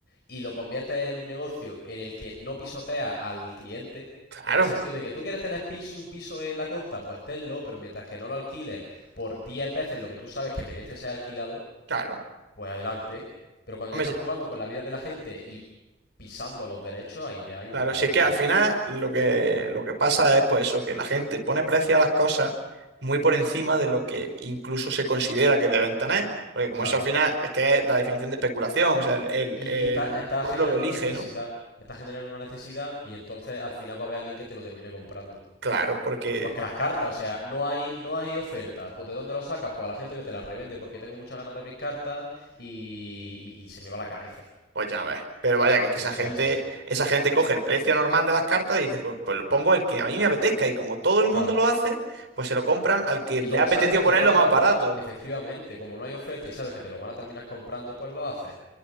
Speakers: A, on the left (about 60°); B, on the right (about 75°).
A: y lo conviertes en un negocio en el que no pisotea al cliente,
B: Claro,
A: en el sentido de que tú quieres tener piso, un piso en la costa, pues tenlo, pero mientras que no lo alquiles por 10 veces lo que tú sabes que merece ser alquilado,
B: claro.
A: pues adelante. Pero cuando
B: Hombre,
A: ya estás
B: se-
A: jugando con la vida de la gente y pisando los derechos, ahí ya hay un
B: claro,
A: problema,
B: si es que
A: tío.
B: al final lo que, lo que pasa es pues eso, que la gente pone precio a las cosas muy por encima de lo que incluso se considera que deben tener. Porque como
A: Claro.
B: eso al final es que es la definición de especulación, o sea, el, el
A: Y,
B: el
A: y está, está
B: pueblo
A: generando
B: lo elige,
A: una necesidad.
B: ¿no?
A: Está generando una necesidad y entonces al final va a haber alguien que te lo termine comprando.
B: Claro, porque
A: Igual que las cartas, o sea, no hay, no hay oferta. Pues de dónde lo sacas? Pues a la gente que te las revende porque tengo muchas ganas de abrir cartas y, y- y se me va la cabeza.
B: Pues ya ves. Pero vaya, que es que
A: Y
B: esa
A: eso
B: gente,
A: es así.
B: esa gente coge el precio normal de las cartas y dice, pues, pues lo pongo el que a mí me apetezca. Y como todo el mundo
A: Claro.
B: lo hace, pues se lo compran al que
A: Y
B: le
A: como
B: ha apetecido
A: sabes que te
B: ponerlo
A: lo van a
B: más
A: comprar,
B: barato.
A: efectivamente, como no hay oferta y sabes que te lo van a terminar comprando, pues lo haces.